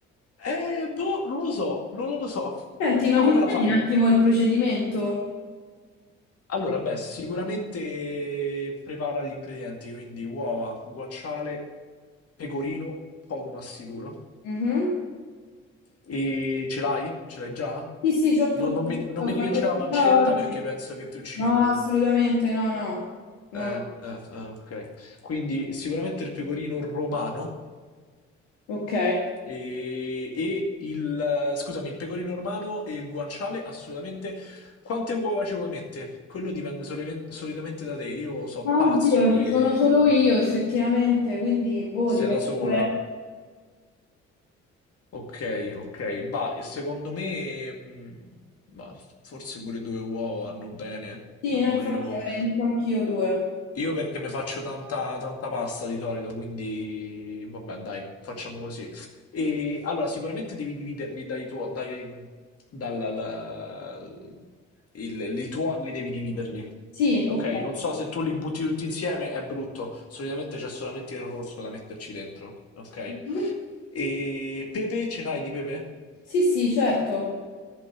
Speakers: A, on the left; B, on the left.
A: Eh, boh, non lo so, non lo so.
B: Senti, ma
A: Tu
B: mi
A: come
B: spieghi
A: la fai?
B: un attimo il procedimento?
A: Allora, beh, sicuramente prepara gli ingredienti, quindi uova, guanciale, pecorino, poco ma sicuro.
B: Mhm.
A: E ce l'hai? Ce l'hai già?
B: Sì, sì, c'ho tutto,
A: Non, non mi, di- non
B: l'ho
A: mi dica
B: fatto
A: che c'è
B: spesa
A: la pancetta
B: oggi.
A: perché penso che ti uccido.
B: No, assolutamente, no, no. No,
A: Eh,
B: no.
A: eh, eh, ok. Quindi sicuramente il pecorino romano
B: Ok.
A: e, e il... eh, Scusami, il pecorino romano e il guanciale assolutamente. Quante uova ci vuoi mettere? Quello dipende solamente- solitamente da te. Io so
B: Ma
A: pazzo
B: oddio,
A: e
B: ci sono solo io effettivamente, quindi boh, direi
A: sei da sola.
B: due.
A: Ok, ok, bah, e secondo me, mh, bah, forse pure due uova vanno bene.
B: Sì,
A: Non
B: no, infatti
A: voglio.
B: avrei detto anch'io due.
A: Io perché mi faccio tanta, tanta pasta di solito, quindi vabbè, dai, facciamo così. E allora, sicuramente devi dividerli dai tuoi. Dai, mm, dal, la- il- I tuorli devi dividerli.
B: Sì,
A: Ok,
B: ok.
A: non so se tu li butti tutti insieme, è brutto. Solitamente c'è solamente il rosso da metterci dentro. Ok.
B: Mhm.
A: E pepe, ce n'hai di pepe?
B: Sì, sì, certo.